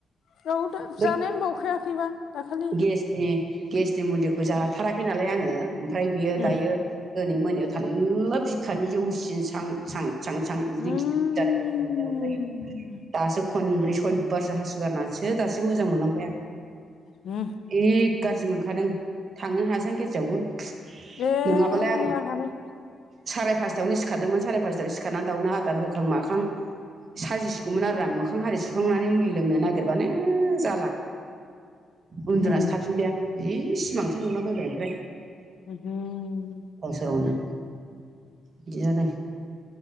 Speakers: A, on the left (about 70°); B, on the right (about 40°).
A: बाव दा
B: बै
A: जानायानो बावखायाखैबा दाखालि
B: गेसनि गेसनि मुलिखौ जाथाराखै नालाय आङो ओमफ्राय बियो
A: उम
B: दायो दिनै मोनायाव थानला बिखानि जौसिन सां सां सां सां उदै
A: उम
B: गिद जानाय बायदि मोनदों ओमफ्राय दासो खनब्रै सयबारसो हासुगारनानै सो दासो मोजां मोनलांबाय आं
A: हम
B: ए गाज्रि मोनखादों थांनो हायासां गेरआवबो
A: ए
B: नङाबालाय आं
A: आंहालाय
B: साराय पासथायावनो सिखारदोंमोन साराय फासथायाव सिखारनानै दाउनो आदार होखां माखां साजिसिगौमोन आरो आं मोखां हारि सुखांनानै मुलि लोंनो नागिरबानो जाला। उन्दुनासो
A: उम
B: थाफिन दे आ जि सिमांसो नुलाबायबाय ओमफ्राय।
A: हम हम
B: सोरावनो बिदि जादों